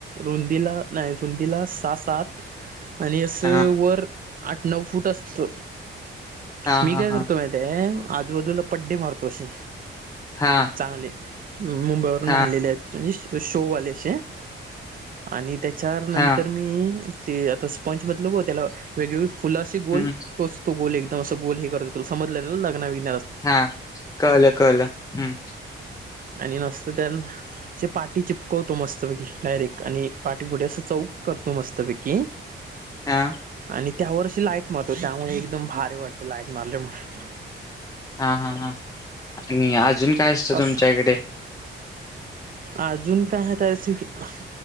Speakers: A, on the right; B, on the left.
A: रुंदीला नाही रुंदीला सहा-सात आणि असं
B: हां,
A: वर आठ-नऊ फूट असतं
B: हां,
A: मी
B: हां,
A: काय
B: हां.
A: करतो माहित आहेय आजूबाजूला पड्डे मारतो अशे
B: हां,
A: चांगले मुंबईवरून
B: हां,
A: आणलेले आहेत म्हणजे शोवाले असे आणि त्याच्यानंतर
B: हां.
A: मी ते आता स्पंज म्हणालो बग त्याला वेगवेळ फुलाशी गोल
B: हं,
A: टोचतो गोल एकदम अस गोल हे करततो तुला समजलना लग्नामध्ये
B: हा कळल कळल हम्म
A: आणि नसत त्या पाटी चिपकवतो मस्त पैकी डायरेक्ट आणि बुडे असं चौक करतो मस्तपैकी
B: हा
A: आणि त्यावर्षी लाईट मारतो त्यामुळे एकदम भारी वाटत ते लाईट मारल्यामुळे
B: हां, हां, हां. आणि अजून काय असतं
A: असं
B: तुमच्याकडे
A: अजून काय त्या